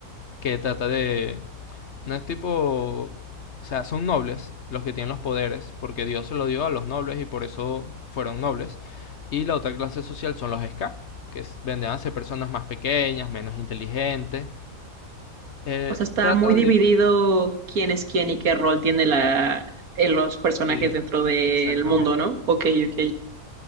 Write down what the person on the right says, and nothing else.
O sea, está
muy dividido
quién es quién y qué rol tiene la, eh, los personajes
dentro del
mundo, ¿no? Ok, ok,